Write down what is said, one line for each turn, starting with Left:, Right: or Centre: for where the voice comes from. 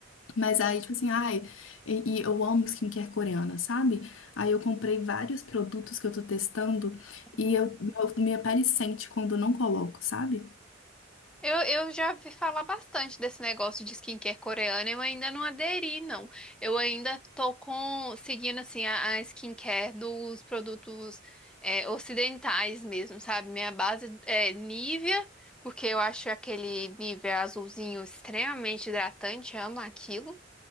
Left: Mas aí, tipo assim, ai, e, e eu amo skincare coreana, sabe? Aí eu comprei vários produtos que eu tô testando
Centre: Uhum.
Left: e eu, meu- minha pele sente quando eu não coloco, sabe?
Centre: Eu, eu já vi falar bastante desse negócio de skincare coreana, eu ainda não aderi, não. Eu ainda tô com, seguindo, assim, a, a skincare dos produtos é, ocidentais mesmo, sabe? Minha base é Nivea, porque eu acho aquele Nivea azulzinho extremamente hidratante, amo aquilo.